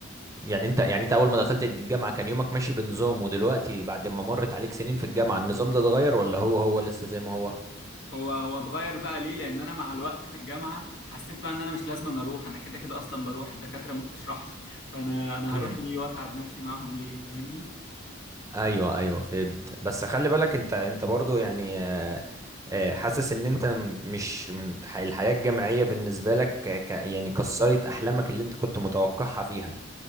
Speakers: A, on the right (about 15°); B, on the left (about 65°).
A: يعني انت يعني انت اول ما دخلت الجامعة كان يومك ماشي بنظام ودلوقتي بعد ما مرت عليك سنين في الجامعة النظام ده اتغير ولا هو هو لسه زي ما هو
B: هو هو اتغير بقى ليه لان انا مع الوقت في الجامعه حسيت بقى ان انا مش لازم أنا اروح انا كده كده اصلا بروح الدكاتره ما بتشرحش فانا انا
A: امم
B: هروح ليه واتعب نفسي معاهم ليه فاهمني
A: ايوه ايوه فهمت بس خلي بالك انت انت برضو يعني آه، آه، حاسس ان انت م- مش م- ح- الحياة الجامعية بالنسبة لك ك... ك- يعني كسرت احلامك اللي انت كنت متوقعها فيها